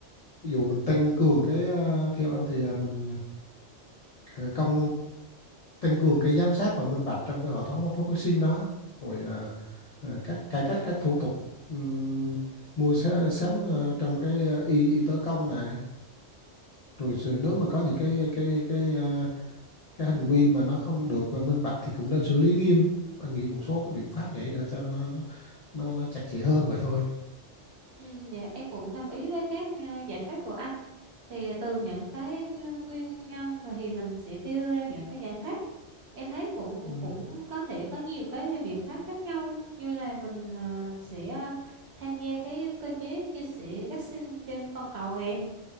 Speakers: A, on the left (about 70°); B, on the right (about 65°).
A: ví dụ mình tăng cường cái ờ, theo anh thì ờ, mình ờ, công tăng cường cái giám sát và minh bạch trong cái hệ thống phát- phát vaccine đó rồi ờ, ờ, các cải cách các thủ tục ừm, mua sa- sắm ờ, trong cái ờ, y, y tế công này rồi sự- nếu mà có những cái cái cái ờ, cái hành vi mà nó không được ờ, minh bạch thì cũng nên xử lý nghiêm anh nghĩ một số cái biện pháp vậy để cho nó nó nó, nó chặt chẽ hơn vậy thôi
B: Ừ, dạ em cũng đồng ý với các ờ, giải pháp của anh. Thì từ những cái nguyên nhân và thì mình sẽ đưa ra những cái giải pháp. Em thấy cũng
A: Ừm,
B: cũng có thể có nhiều cái biện pháp khác nhau như là mình ờ, sẽ ờ, tham gia cái cơ chế chia sẻ vaccine trên toàn cầu nè